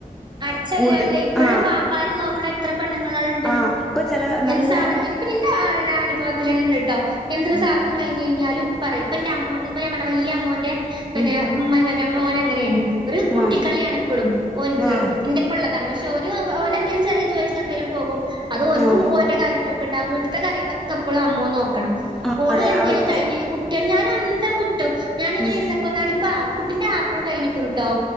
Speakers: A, on the right (about 30°); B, in the centre.
A: അടച്ചല്ലാലെ
B: കൂടുതൽ
A: ഇപ്പോഴും
B: ആ
A: വാപ്പമാര് നോക്കണ എത്ര പെണ്ണുങ്ങളുണ്ട്
B: ആ ഇപ്പൊ ചെല
A: <unintelligible>
B: നല്ല
A: സാധനം കഴിഞ്ഞ് ഇപ്പ ന്റെ അനുഭവത്തില് തന്നെ ഇണ്ട് ട്ടോ ഇങ്ങനെത്തൊരു
B: ഉം
A: സാധനം കഴിഞ്ഞ് കഴിഞ്ഞാലും പറയും ഇപ്പ എന്റെ അമ്മോ ഇപ്പൊ ഞാൻ പറഞ്ഞില്ലെ വല്യ അമ്മോന്റെ പിന്നെ
B: ഉം
A: ഉമ്മ ഇവനും മോൻ അങ്ങനെയാണ് ഒരു കുട്
B: ആഹ്
A: കുട്ടിക്കളിയാണ് ഇപ്പോഴും ഓൻക്ക്
B: ആഹ്
A: എന്റെപ്പുള്ളതാണ് പക്ഷ് ഓന് ഓനെന്തെങ്കിലും ചെറിയ ജോലിക്ക് എന്തേലും പോകും അത് ഓൻക്കും
B: ആഹ്
A: ഓന്റെ കാര്യങ്ങൾ ക്കുണ്ടാവും വീട്ട്ത്തെ കാര്യങ്ങളൊക്കെ ഇപ്പളും അമ്മോൻ നോക്കണം
B: ആഹ്
A: ഓള്
B: അതെ
A: എന്തേലും
B: അവർക്ക്
A: കഴിഞ്ഞ് കുട്ടിനെ ഞാൻ അന്തം വിട്ടു ഞാനിങ്ങനെ
B: ഉം
A: ഇരുന്നപ്പോ എന്നാണിപ്പാ കുട്ടിന്റെ ആപ്പിൾ കഴിഞ്ഞു ർട്ടോ